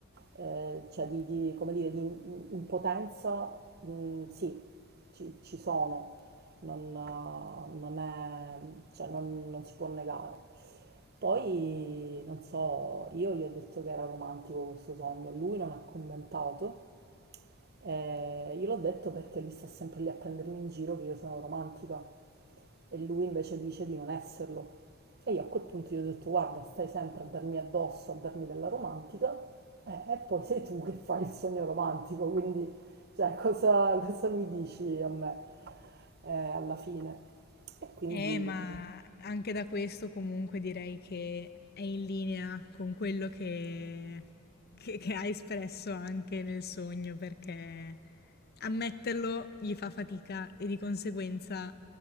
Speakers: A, on the right; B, on the left.
A: eh, cioè di, di- come dire, di im- impotenza, mm, sì, ci, ci sono, non, eh, non è, cioè non, non si può negare. Poi, non so, io gli ho detto che era romantico questo sogno, lui non ha commentato, eh, io l'ho detto perché lui sta sempre lì a prendermi in giro che io sono romantica e lui invece dice di non esserlo. E io a quel punto gli ho detto guarda, stai sempre a darmi addosso, a darmi della romantica eh, e poi sei tu che fai il sogno romantico, quindi cioè, cosa, cosa mi dici a me eh, alla fine? E quindi
B: Eh, ma anche da questo comunque direi che è in linea con quello che, che- che ha espresso anche nel sogno, perché ammetterlo gli fa fatica e di conseguenza